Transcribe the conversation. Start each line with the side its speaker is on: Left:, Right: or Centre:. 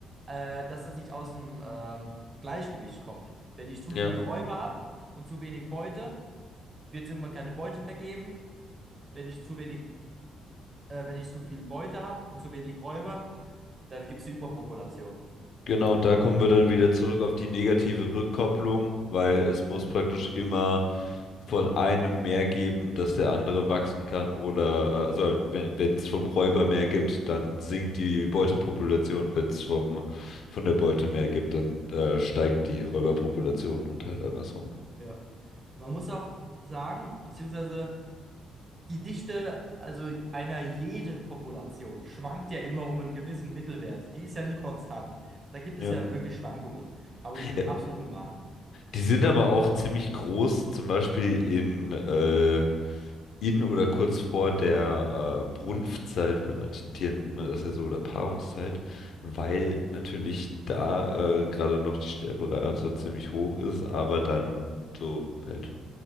Right: äh, dass das nicht aus dem ähm, Gleichgewicht kommt. Wenn ich zu
Left: Ja.
Right: viele Räuber habe und zu wenig Beute, wird es irgendwann keine Beute mehr geben. Wenn ich zu wenig, äh, wenn ich zu viel Beute habe und zu wenig Räuber, dann gibt es eine Überpopulation.
Left: Genau, und da kommen wir dann wieder zurück auf die negative Rückkopplung, weil es muss praktisch immer von einem mehr geben, dass der andere wachsen kann oder äh, also halt, wenn wenn es vom Räuber mehr gibt, dann sinkt die Beutepopulation, wenn es vom von der Beute mehr gibt, dann äh, steigt die Räuberpopulation und halt andersrum.
Right: Ja, man muss auch sagen, beziehungsweise die Dichte, also einer jeden Population, schwankt ja immer um einen gewissen Mittelwert. Die ist ja nie konstant. Da gibt
Left: Ja.
Right: es ja wirklich Schwankungen, aber die sind
Left: Ja,
Right: absolut human.
Left: die sind aber auch ziemlich groß, zum Beispiel in äh, in oder kurz vor der äh, Brunftzeit, bei manchen Tieren nennt man das ja so, oder Paarungszeit, weil natürlich da äh, gerade noch die Sterberate ziemlich hoch ist, aber dann so halt,